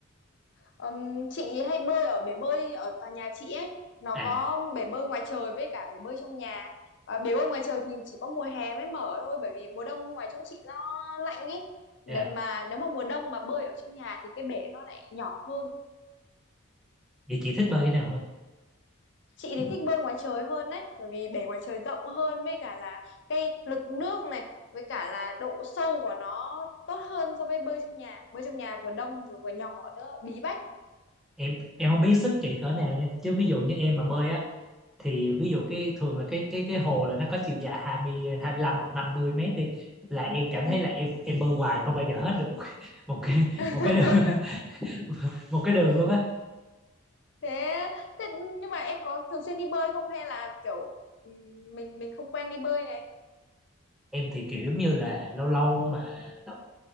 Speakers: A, on the left (about 55°); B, in the centre.
A: Ừm, chị hay bơi ở bể bơi ở tòa nhà chị ấy nó
B: à
A: có bể bơi ngoài trời với cả bể bơi trong nhà à, bể bơi ngoài trời thì chỉ có mùa hè mới mở thôi bởi vì mùa đông ngoài chỗ chị nó lạnh ấy nếu
B: dạ
A: mà nếu mà mùa đông mà bơi ở trong nhà thì cái bể nó lại nhỏ hơn
B: vậy chị thích bơi cái nào hơn
A: chị
B: Ừ.
A: thì thích bơi ngoài trời hơn đấy bởi vì bể ngoài trời rộng hơn với cả là cái lực nước này với cả là độ sâu của nó tốt hơn so với bơi trong nhà bơi trong nhà vừa đông vừa vừa nhỏ nữa bí bách
B: em em không biết sức chị cỡ nào nha chứ ví dụ như em mà
A: ừ,
B: bơi á thì ví dụ cái thường là cái cái cái hồ là nó có chiều dài 20 25 hoặc 50 mét đi là em cảm
A: ừ,
B: thấy là em em bơi hoài không bao giờ hết được một, <laughs> một cái
A: ừ. <laughs>
B: một cái đường, <laughs> một cái đường luôn á
A: thế thế nhưng mà em có thường xuyên đi bơi không hay là kiểu ừm, mình mình không quen đi bơi này
B: em thì kiểu như là lâu lâu mà lập